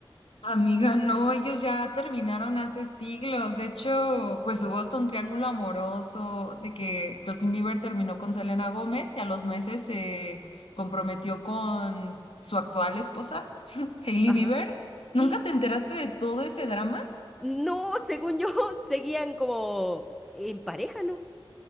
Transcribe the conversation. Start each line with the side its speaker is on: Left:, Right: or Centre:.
Left: amiga, no, ellos ya terminaron hace siglos. De hecho, pues hubo hasta un triángulo amoroso de que Justin Bieber terminó con Selena Gómez y a los meses se comprometió con su actual esposa, <laughs> Hailey
Centre: Ajá.
Left: Bieber. ¿Nunca
Centre: <gasps>
Left: te enteraste de todo ese drama?
Centre: No, según yo, <laughs> seguían como en pareja, ¿no?